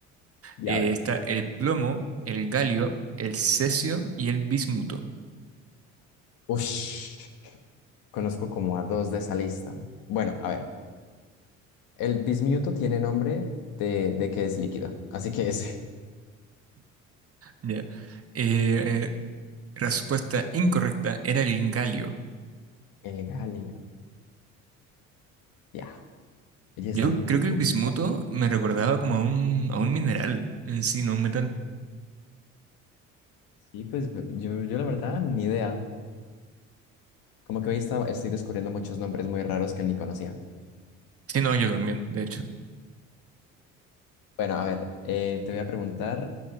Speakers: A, on the left (about 60°); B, on the right (about 35°).
A: Diablo.
B: eh, está el plomo, el galio, el cesio y el bismuto.
A: Ush, conozco como a dos de esa lista. Bueno, a ver, el bismuto tiene nombre de, de que es líquido, así que es
B: Ya. Eh, respuesta incorrecta era el galio.
A: <laughs> el galio. Ya, ellas están
B: Yo
A: muy
B: creo que
A: complicadas.
B: el bismuto me recordaba como a un, a un mineral en sí, no un metal.
A: Sí, pues b- yo, yo la verdad, ni idea. Como que hoy está- estoy descubriendo muchos nombres muy raros que ni conocía.
B: Sí, no, yo también, de hecho.
A: Bueno, a ver, eh, te voy a preguntar